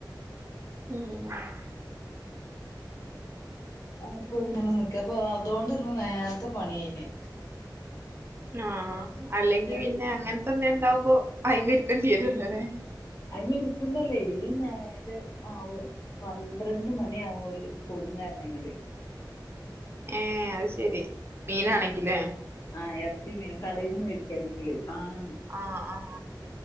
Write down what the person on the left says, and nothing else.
ആയിപ്പൊ ഇങ്ങെ നമ്മക്കേ പോവാത്തോണ്ട് ഇന്ന് നേരത്തെ പണി കഴിഞ്ഞ്
മറ്റേത്
അയിനിരിക്കുമ്പോയില്ലേ ഈ നേരം ആവും പന്ത്രണ്ട് മണിയാവും ഓല് കൊടുന്നര ണെങ്കില്
ആഹ് ഇറച്ചി മീനും കടേന്ന് മേടിക്കയാണെങ്കില് ആഹ്